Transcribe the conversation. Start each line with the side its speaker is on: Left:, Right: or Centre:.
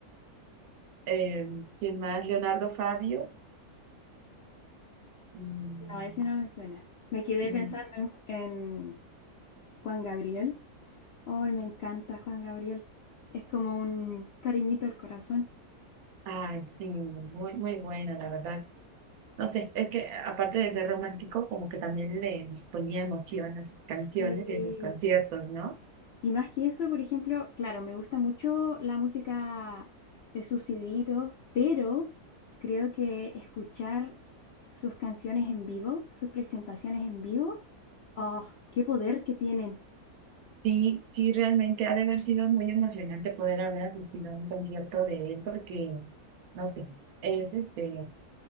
Right: Eh, ¿quién más? Leonardo Fabio. mm,
Left: No, ese no me suena. Me quedé
Right: Mm,
Left: pensando en, Ju- en Juan Gabriel. Hoy me encanta Juan Gabriel. Es como un cariñito al corazón.
Right: Ay, sí, muy, muy buena, la verdad. No sé, es que aparte de ser romántico, como que también le les ponía emoción a sus canciones
Left: Sí.
Right: y a sus conciertos, ¿no?
Left: Y más que eso, por ejemplo, claro, me gusta mucho la música de sus CDitos, pero creo que escuchar sus canciones en vivo, sus presentaciones en vivo, ¡oh, qué poder que tienen!
Right: Sí, sí, realmente ha de haber sido muy emocionante poder haber asistido a un concierto de él porque, no sé, es este,